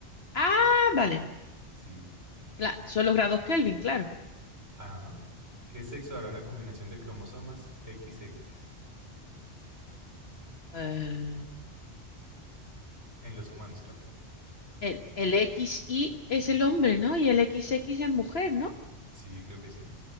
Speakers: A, on the left; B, on the right.
A: Ah, vale.
B: Sí.
A: Cla- son los grados Kelvin, claro.
B: Ajá. ¿Qué sexo hará una combinación de cromosomas XX?
A: Eh,
B: En los humanos, claro.
A: el, el X y es el hombre, ¿no? Y el X X es mujer, ¿no?
B: Sí, creo que sí.